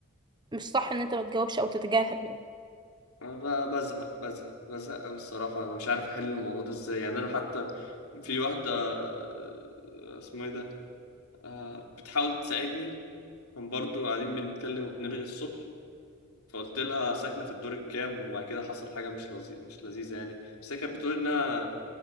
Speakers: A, on the right (about 20°); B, on the left (about 80°).
A: مش صح ان انت ما تجاوبش او تتجاهل يعني
B: انا ب- بزهق بزهق بزهق قوي الصراحه انا مش عارف احل الموضوع ده ازاي يعني انا حتى في واحده آه، اسمه ايه ده آه، بتحاول تساعدني كان برضو قاعدين بنتكلم وبنرغي الصبح فقلت لها ساكنة في الدور الكام وبعد كده حصل حاجة مش لذي... مش لذيذة يعني بس هي كانت بتقول إنها